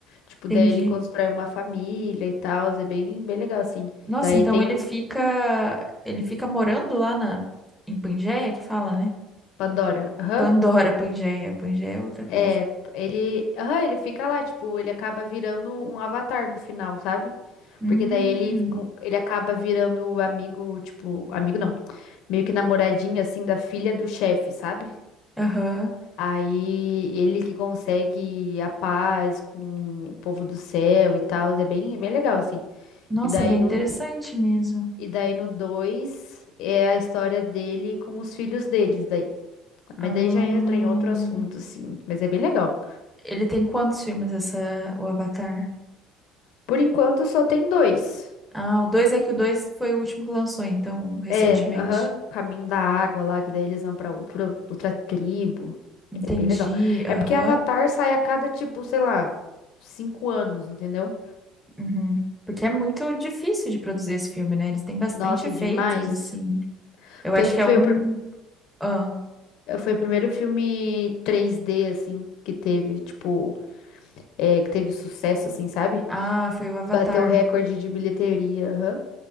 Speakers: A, on the left; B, in the centre.
A: Tipo, daí
B: entendi.
A: ele constrói uma família e tal, é bem, bem legal assim.
B: Nossa,
A: Daí
B: então
A: tem
B: ele
A: o
B: fica, ele fica morando lá na em Pangeia, que fala, né?
A: Pandora. Aham.
B: Pandora, Pangeia, Pangeia é outra coisa.
A: É, ele, aham, ele fica lá, tipo, ele acaba virando um avatar no final, sabe?
B: Hum,
A: Porque daí ele, com- ele acaba virando amigo, tipo, amigo não, meio que namoradinho assim da filha do chefe, sabe?
B: aham.
A: Aí ele que consegue a paz com o povo do céu e tal, é bem, é bem legal assim.
B: Nossa,
A: E daí
B: é bem
A: no
B: interessante mesmo.
A: e daí no 2 é a história dele com os filhos deles daí. Mas
B: Ah,
A: daí já entra em outro assunto assim, mas é bem legal.
B: ele tem quantos filmes essa o Avatar?
A: Por enquanto só tem dois.
B: Ah, o 2 é que o dois foi o último que lançou, então, recentemente.
A: É, aham, Caminho da Água lá, que daí eles vão pra outra outra tribo.
B: Entendi,
A: É bem legal.
B: aham.
A: É porque Avatar sai a cada tipo, sei lá, cinco anos, entendeu?
B: uhum. Porque é muito difícil de produzir esse filme, né? Eles têm bastante
A: Nossa,
B: efeitos,
A: demais.
B: assim. Eu
A: Tanto
B: acho que
A: que
B: é
A: foi
B: um
A: o primeiro.
B: Ah,
A: Foi o primeiro filme 3D, assim, que teve, tipo, é, que teve sucesso, assim, sabe?
B: ah, foi o Avatar.
A: Bateu o recorde de bilheteria, aham.